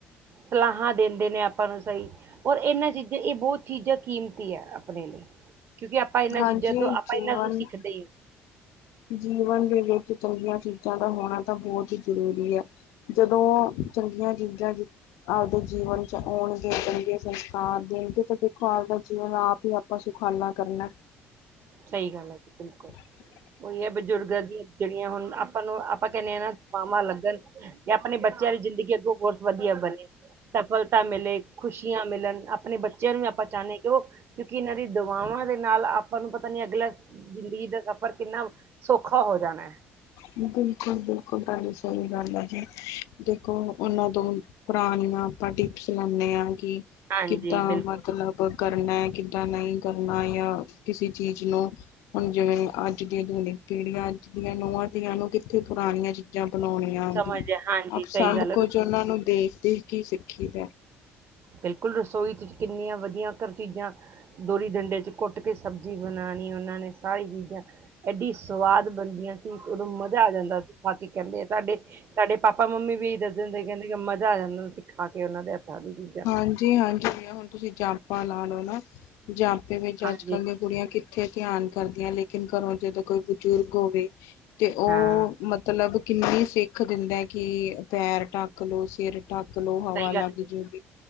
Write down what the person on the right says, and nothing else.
ਸਲਾਹਾਂ ਦਿ ਦੇ ਨੇ ਆਪਾਂ ਨੂੰ ਸਹੀ। ਔਰ ਇਹਨਾਂ ਚੀਜ਼ਾਂ ਇਹ ਬਹੁਤ ਚੀਜ਼ਾਂ ਕੀਮਤੀ ਐ। ਆਪਣੇ ਲਈ ਕਿਉਂਕਿ ਆਪਾਂ ਇਹਨਾਂ
ਚੀਜ਼ਾਂ ਤੋਂ ਆਪਾਂ
ਇਹਨਾਂ ਨੂੰ ਸਿੱਖਦੇ
ਸਹੀ ਗੱਲ ਐ ਜੀ। ਬਿਲਕੁਲ
ਉਹੀ ਐ। ਬਜ਼ੁਰਗਾਂ ਦੀਆਂ ਜਿਹੜੀਆਂ ਹੁਣ ਆਪਾਂ ਨੂੰ ਆਪਾਂ ਕਹਿੰਦੇ ਹਾਂ ਨਾ ਦੁਆਵਾਂ ਲੱਗਣ ਜਾਂ ਆਪਣੇ ਬੱਚਿਆਂ ਲਈ ਜ਼ਿੰਦਗੀ ਅੱਗੋਂ ਬਹੁਤ ਵਧੀਆ ਬਣੇ। ਸਫਲਤਾ ਮਿਲੇ, ਖੁਸ਼ੀਆਂ ਮਿਲਨ ਆਪਣੇ ਬੱਚਿਆਂ ਨੂੰ ਵੀ ਆਪਾਂ ਚਾਹੁੰਦੇ ਆ। ਕਿ ਉਹ ਕਿਉਂਕਿ ਇਹਨਾਂ ਦੀ ਦਵਾਵਾਂ ਦੇ ਨਾਲ ਆਪਾਂ ਨੂੰ ਪਤਾ ਆਪਨੇ ਅਗਲਾ ਜ਼ਿੰਦਗੀ ਦਾ ਸਫ਼ਰ ਕਿੰਨਾ ਸੌਖਾ ਹੋ ਜਾਣਾ ਐ।
ਹਾਂਜੀ
ਬਿਲਕੁਲ
ਸਮਝ
ਹੈ, ਹਾਂਜੀ
ਸਹੀ
ਗੱਲ
ਹੈ
ਬਿਲਕੁਲ, ਰਸੋਈ ਚ ਕਿੰਨੀਆਂ ਵਧੀਆ ਘਰ ਚੀਜ਼ਾਂ ਦੋਰੀ- ਡੰਡੇ ਚ ਕੁੱਟ ਕੇ ਸਬਜ਼ੀ ਬਣਾ ਨੀ ਉਹਨਾਂ ਨੇ ਸਾਰੀ ਚੀਜ਼ਾਂ ਐਡੀ ਸਵਾਦ ਬਣਦੀਆਂ ਸੀ। ਉਦੋਂ ਮਜ਼ਾ ਆ ਜਾਂਦਾ ਸੀ ਖਾ ਕੇ ਕਹਿੰਦੇ ਆ ਸਾਡੇ ਸਾਡੇ ਪਾਪਾ- ਮੰਮੀ ਵੀ ਇਹੀ ਦੱਸ ਦਿੰਦੇ, ਕਹਿੰਦੇ ਮਜ਼ਾ ਆ ਜਾਂਦਾ ਸੀ ਖਾ ਕੇ ਉਹਨਾਂ ਦੇ ਹੱਥਾਂ ਦੀ ਚੀਜ਼ਾਂ
ਹਾਂਜੀ
ਹਾਂ
ਸਹੀ ਗੱਲ
ਹੈ